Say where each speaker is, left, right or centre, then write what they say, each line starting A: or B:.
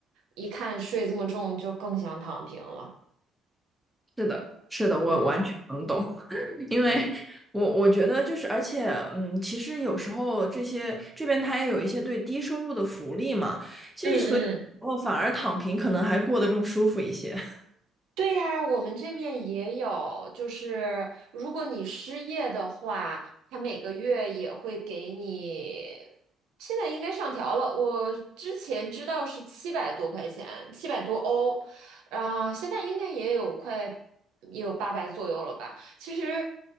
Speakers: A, on the right; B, in the centre.
A: 一看税这么重，就更想躺平了。
B: 是的，是的，我完全能懂。
A: 嗯
B: 因为我我觉得就是，
A: 嗯
B: 而且嗯，其实有时候这些这边他也有一些对低收入的福利嘛，其实所以哦，
A: 嗯嗯。
B: 反而躺平可能还过得更舒服一些。<laughs>
A: 对呀，我们这面也有，就是如果你失业的话，他每个月也会给你，现在应该上调了，我之前知道是七百多块钱，七百多欧，啊、现在应该也有快也有八百左右了吧？其实